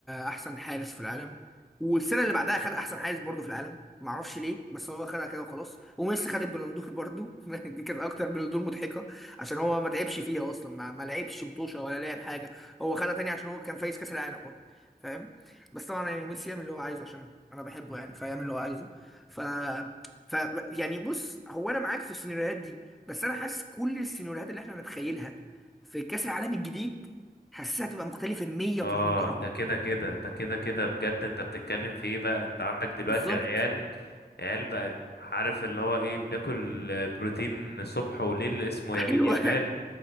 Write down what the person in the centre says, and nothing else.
احسن حارس في العالم والسنه اللي بعدها خد احسن حارس برضو في العالم ما اعرفش ليه بس هو خدها كده وخلاص وميسي خد البلندور برضو <laughs> دي كانت اكتر بلندور مضحكه عشان هو ما تعبش فيها اصلا ما, ما لعبش مطوشه ولا لعب حاجه هو خدها تاني عشان هو كان فايز كاس العالم برضو فاهم بس طبعا يعني ميسي يعمل اللي هو عايزه عشان انا بحبه يعني فيعمل اللي هو عايزه ف ف يعني بص هو انا معاك في السيناريوهات دي بس انا حاسس كل السيناريوهات اللي احنا نتخيلها في كاس العالم الجديد حاسسها هتبقى مختلفه 180
درجه
بالظبط
ايوه
<laughs>